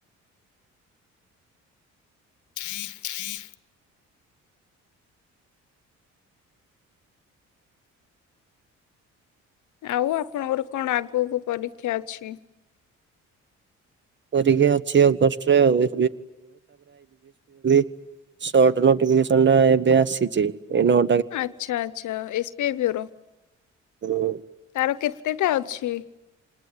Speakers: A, on the left; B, on the right.
A: <inaudible> ଆଉ ଆପଣଙ୍କର କଣ ଆଗକୁ ପରୀକ୍ଷା ଅଛି?
B: ପରୀକ୍ଷା ଅଛି ଅଗଷ୍ଟରେ ଆଉ <unintelligible> ସର୍ଟ ନୋଟିଫିକସନ ଟା ଏବେ ଆସିଛି ଏ ନ
A: ଆଚ୍ଛା ଆଚ୍ଛା ଏସ୍ପିଆଇ ବ୍ୟରୋ।
B: ହୁଁ।
A: ତାର କେତେଟା ଅଛି